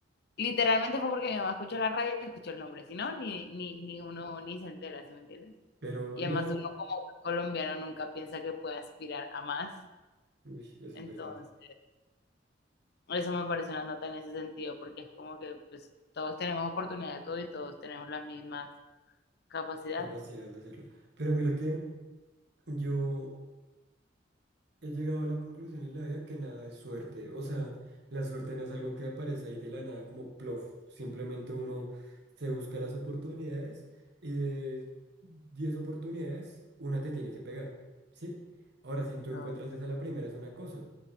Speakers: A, on the left (about 60°); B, on the right (about 60°).
A: Literalmente fue porque mi mamá escuchó la radio y escuchó el nombre, si no, ni, ni, ni uno ni se entera, ¿sí me entiendes?
B: Pero
A: Y
B: no.
A: además uno como buen colombiano nunca piensa que puede aspirar a más.
B: Uy, eso
A: Entonces,
B: es verdad.
A: eso me parece una nota en ese sentido, porque es como que pues, todos tenemos oportunidad de todo y todos tenemos las mismas capacidades.
B: Qué capacidad de hacerlo. Pero mira que yo He llegado a la conclusión en la vida que nada es suerte. O sea, la suerte no es algo que aparece ahí de la nada como plof. Simplemente uno se busca las
A: Ujú.
B: oportunidades y de 10 oportunidades, una te tiene que pegar. ¿Sí? Ahora, si tú
A: Todo-
B: encuentras esa la primera es una cosa,